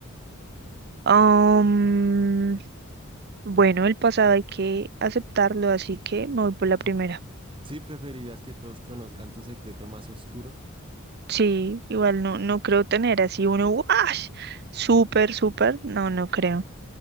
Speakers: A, on the right; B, on the right.
A: am, bueno, el pasado hay que aceptarlo, así que me voy por la primera.
B: ¿Sí preferirías que todos conozcan tu secreto más oscuro?
A: Sí, igual no, no creo tener así uno, ¡wash! Súper, súper, no, no creo.